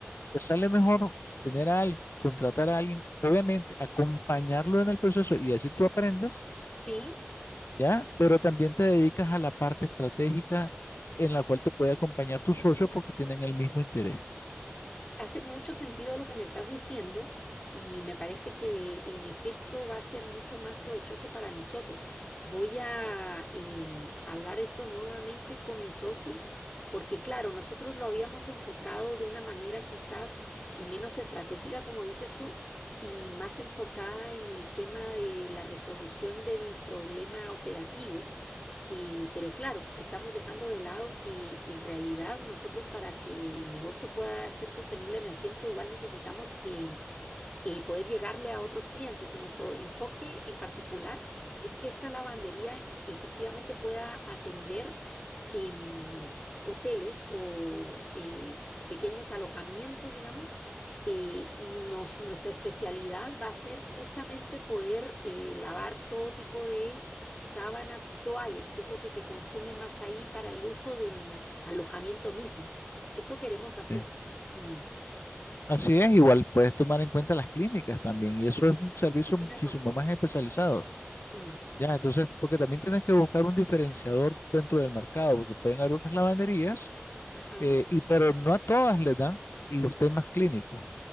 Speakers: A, on the left; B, on the left.
A: te sale mejor tener a alguien, contratar a alguien, obviamente acompañarlo en el proceso y así tú aprendes,
B: sí.
A: ¿ya? Pero también te dedicas a la parte estratégica en la cual te puede acompañar tus socios porque tienen el mismo interés.
B: Hace mucho sentido lo que me estás diciendo y me parece que en efecto va a ser mucho más provechoso para nosotros. Voy a em, hablar esto nuevamente con mi socio porque claro, nosotros lo habíamos enfocado de una manera quizás eh, menos estratégica, como dices tú, y más enfocada en el tema de la resolución del problema operativo. Y, pero claro, estamos dejando de lado que en realidad nosotros para que el negocio pueda ser sostenible en el tiempo, igual necesitamos que y poder llegarle a otros clientes. Y nuestro enfoque en particular es que esta lavandería efectivamente pueda atender em, hoteles o eh, pequeños alojamientos, digamos. eh, y nos, nuestra especialidad va a ser justamente poder eh, lavar todo tipo de sábanas y toallas, que es lo que se consume más ahí para el uso del alojamiento mismo. Eso queremos hacer.
A: ¿sí?
B: Mm,
A: Así es, igual puedes tomar en cuenta las clínicas también, y eso es un servicio
B: Tienes
A: muchísimo
B: razón.
A: más especializado.
B: Mm,
A: Ya, entonces, porque también tienes que buscar un diferenciador dentro del mercado, porque pueden haber otras lavanderías,
B: Ajá.
A: eh, y, pero no a todas les dan los temas clínicos.